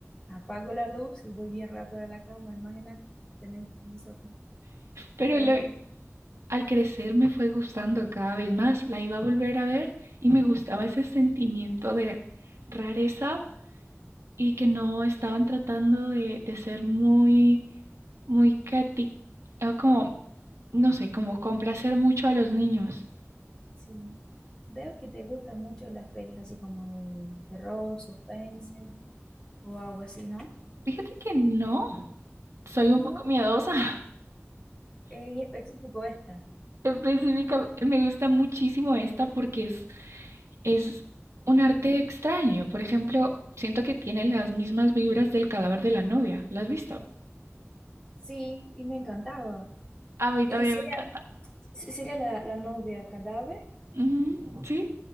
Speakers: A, on the left (about 20°); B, on the right (about 75°).
A: apago la luz y voy bien rápido a la cama, imagina, tenéis nosotros.
B: Pero
A: No,
B: lo-
A: no,
B: al crecer me fue gustando cada vez más. La iba a volver a ver y me gustaba ese sentimiento de rareza, y que no estaban tratando de, de ser muy, muy cati- ah, como, no sé, como complacer mucho a los niños.
A: sí. Veo que te gustan mucho las pelis así como de terror, suspense o algo así, ¿no?
B: Fíjate que no, soy
A: No.
B: un poco miedosa. <laughs>
A: en específico esta.
B: Específica, me gusta muchísimo esta porque es, es un arte extraño. Por ejemplo, siento que tiene las mismas vibras del cadáver de la novia. ¿La has visto?
A: Sí, y me encantaba.
B: A mí
A: Es
B: también
A: que sería,
B: me encanta.
A: sería la, la novia cadáver
B: Ujú, Sí,